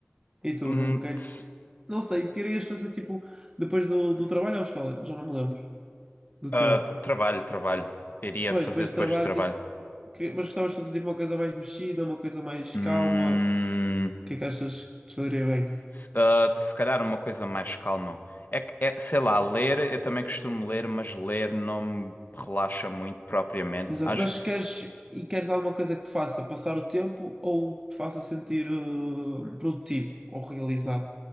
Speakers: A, on the right; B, on the left.
A: E tu,
B: Hum,
A: no, que, é
B: tss,
A: que- não sei, querias fazer tipo depois do, do trabalho ou escola? Já não me lembro. Do
B: ah,
A: teu.
B: t- trabalho, trabalho. Iria
A: Pois,
B: fazer
A: depois
B: depois
A: do trabalho.
B: do trabalho.
A: Que- Mas gostavas de fazer tipo, uma coisa mais mexida, uma coisa mais
B: Hum,
A: calma? O que é que achas que te faria bem?
B: se, ah, se calhar uma coisa mais calma. É que, é, sei lá, ler, eu também costumo ler, mas ler não me relaxa muito propriamente.
A: Exato.
B: Às,
A: Mas queres, e queres alguma coisa que te faça passar o tempo ou te faça sentir eh, produtivo ou realizado?